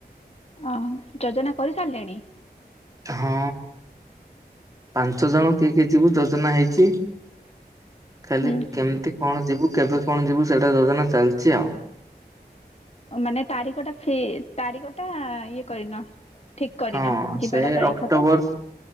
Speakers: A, on the left; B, on the right.
A: ଅ ହୋ ଯୋଜନା କରି ସାରିଲେଣି?
B: ହଁ ପାଞ୍ଚ ଜଣ କିଏ କିଏ ଯିବୁ ଯୋଜନା ହେଇଛି। ଖାଲି
A: ହୁଁ
B: କେମିତି କଣ ଯିବୁ କେବେ କଣ ଯିବୁ? ସେ ଇଟା ଯୋଜନା ଚାଲିଛି ଆଉ।
A: ମାନେ ତାରିଖ ଟା ଫିର୍ ତାରିଖଟା ଇଏ କରିନ? ଠିକ କରିନ
B: ହଁ
A: ଯିବାର
B: ସେ
A: ତାରିଖ
B: ଅକ୍ଟୋବର
A: ତ